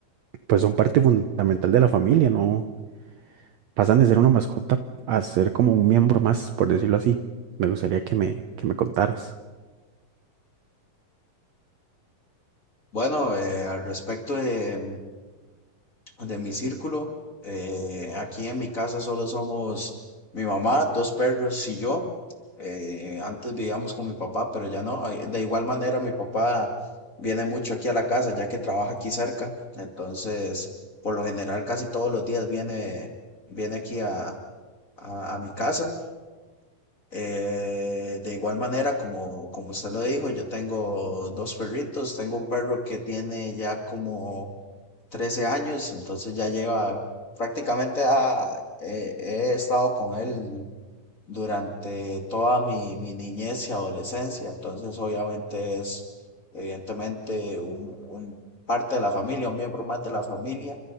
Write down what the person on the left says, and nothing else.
Bueno, eh, al respecto de, de mi círculo, eh, aquí en mi casa solo somos mi mamá, dos perros y yo. Eh, antes vivíamos con mi papá, pero ya no. Eh, De igual manera, mi papá viene mucho aquí a la casa, ya que trabaja aquí cerca. Entonces, por lo general, casi todos los días viene, viene aquí a, a, a mi casa. Eh, de igual manera, como, como usted lo dijo, yo tengo dos perritos. Tengo un perro que tiene ya como 13 años, entonces ya lleva prácticamente ha- eh, he estado con él durante toda mi, mi niñez y adolescencia, entonces obviamente es evidentemente un, un parte de la familia, un miembro más de la familia.